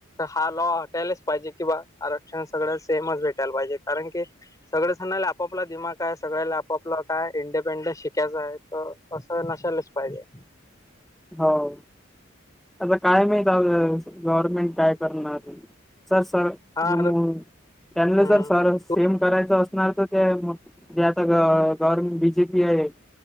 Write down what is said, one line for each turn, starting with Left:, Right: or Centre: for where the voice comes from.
Left: हा लॉ हटायलाच पाहिजे, किंवा आरक्षण सगळ सेमच भेटायला पाहिजे, कारण की सगळेच जनाला आपोपला दिमाग आय सगळ्याला आपापला काय इंडिपेंड शिकायचं आय तर असं नशालेस. पाहिजे.
Centre: होव. आता काय माहित आ गव्हर्नमेंट काय करणार ये. सर सर
Left: हा
Centre: <unintelligible>
Left: हम्म
Centre: सरच सेम
Left: तू
Centre: करायचं असणार तर ते मग, जे आता गव्हर्नमेंट बीजेपी आहे.